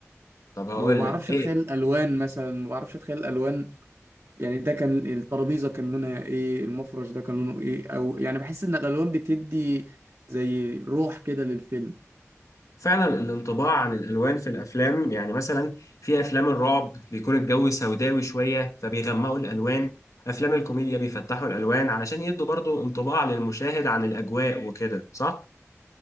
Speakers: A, on the left; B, on the right.
A: طب هقول
B: ما بعرفش
A: لك ايه
B: اتخيل الالوان مثلا ما بعرفش اتخيل الالوان يعني ده كان الترابيزة كان لونها ايه المفرش ده كان لونه ايه او يعني بحس ان الالوان بتدي زي روح كده للفيلم
A: فعلا الانطباع عن الالوان في الافلام يعني مثلا في افلام الرعب بيكون الجو سوداوي شويه فبيغمقوا الالوان افلام الكوميديا بيفتحوا الالوان علشان يدوا برضو انطباع للمشاهد عن الاجواء وكده صح